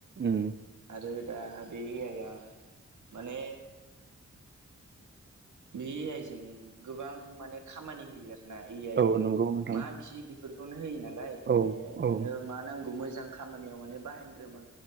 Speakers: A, on the right; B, on the right.
A: उम
B: आरो दा बे ए आइ या माने बे आइजें गोबां माने खामानि होयो आरोना ए आइ
A: औ नंगौ नोंथां
B: मा बिदि बेफोरखौनो होयो नालाय माने
A: औ
B: नोङो
A: औ
B: मा नांगौ मोजां खामानियाव माने बाहायनो रोंबा